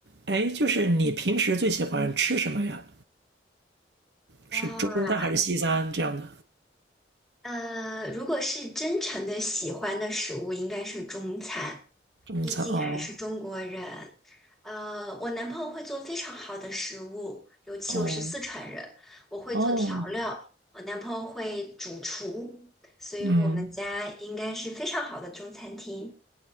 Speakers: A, on the right (about 70°); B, in the centre.
A: 哎，就是你平时最喜欢吃什么呀？
B: 哇，
A: 是中餐还是西餐这样的？
B: 呃，如果是真诚的喜欢的食物，应该是中餐，
A: 中餐哦
B: 毕竟还是中国人。呃，我男朋友会做非常好的食物，尤其我是四川人，
A: 哦
B: 我会做调料，
A: 哦，
B: 我男朋友会主厨，所以我们家应该是非常好的中餐厅。
A: 嗯，